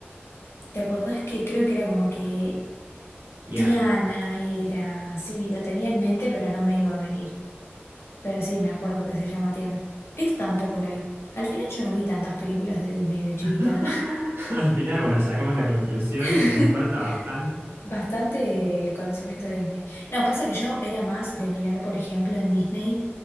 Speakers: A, on the left; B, on the right.
A: ¿te acordás que creo que era como que
B: Tiana.
A: Tiana era? Sí, la tenía en mente, pero no me iba a venir. Pero sí, me acuerdo que se llama Tiana. Esto tampoco la vi. Al final yo no vi tantas películas de Disney de chiquita.
B: <laughs> Al final, bueno, sacamos la conclusión
A: <laughs>
B: de que nos falta bastante.
A: Bastante conocimiento de Disney. No, pasa que yo era más de mirar, por ejemplo, en Disney.